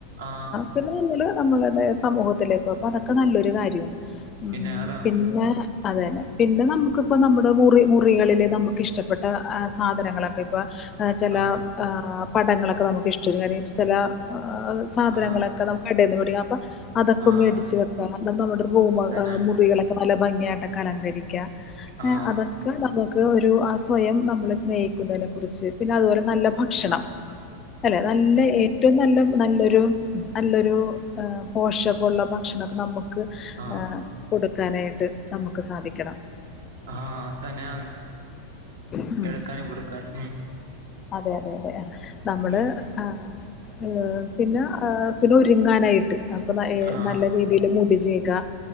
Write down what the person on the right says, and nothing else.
ആ
പിന്നെ അതാ
ആ
ആ
ആ
തന്നെ
ആ
ആഹ്
ആ
ആഹ് തന്നെയാ
എടുക്കാന് കൊടുക്കാന്
ഉം
ആഹ്